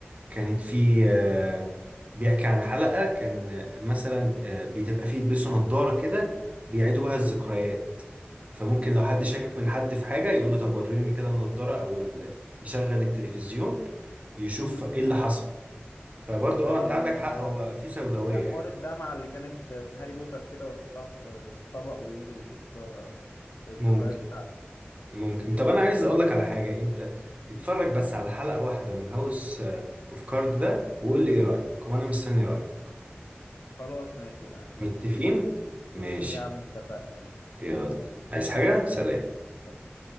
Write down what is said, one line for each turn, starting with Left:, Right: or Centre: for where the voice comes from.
Right: كانت في آه، بيحكي عن حلقة كان آه، مثلا آه، بتبقى فيه يلبسوا نظارة كده بيعيدوا بها
Left: امم
Right: الذكريات فممكن لو حد
Left: ايوه
Right: شاكك من حد في حاجة يقول له طب وريني كده النضارة أو ال- يشغل التلفزيون يشوف
Left: امم
Right: ايه اللي حصل فبرضه
Left: زي
Right: اه انت
Left: ال...
Right: عندك حق هو في سوداوية
Left: زي حوار
Right: يعني
Left: الدمعة اللي كانت في هاري بوتر كده ويحطها في في الطبق وينزل يشوف آه، الذكريات
Right: ممكن
Left: بتاعته
Right: ممكن طب انا عايز اقول لك على حاجة انت اتفرج
Left: مم.
Right: بس على حلقة واحدة من هاوس اوف كارد ده وقول لي ايه رأيك وانا مستني رأيك
Left: خلاص ماشي يعني مفيش
Right: متفقين
Left: مشكلة
Right: ماشي
Left: <laughs> يا عم اتفقنا
Right: يلا عايز حاجة سلام
Left: ماشي.